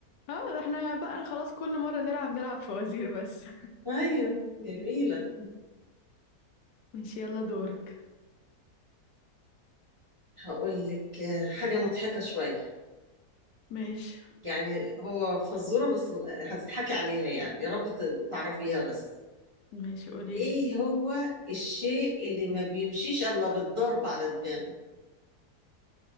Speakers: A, on the left; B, on the right.
A: اه ده احنا بقى خلاص كل مرة نلعب نلعب فوازير بس
B: ايوه جميله
A: <laughs> ماشي يلا دورك
B: هقول لك آه، حاجه مضحكه شويه
A: ماشي
B: يعني هو فزوره بس هتضحكي عليها يعني يا رب ت- تعرفيها بس
A: ماشي قوليلي
B: ايه هو الشيء اللي ما بيمشيش الا بالضرب على دماغه